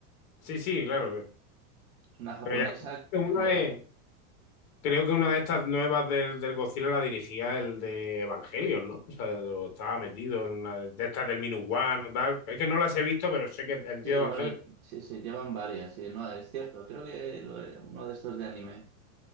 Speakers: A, on the left; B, on the right.
A: Sí, sí, claro.
B: es una japonesa
A: Pero ya una
B: que,
A: de, Creo que una de estas nuevas del, del Godzilla la dirigía el de Evangelion, ¿no? O sea, lo estaba metido en una de, de estas del Minus One o tal. Es que no las he visto, pero sé que el tío
B: sí,
A: de Evangelion.
B: bueno, sí, se llevan varias, sí, no, es cierto, creo que lo- uno de estos de anime.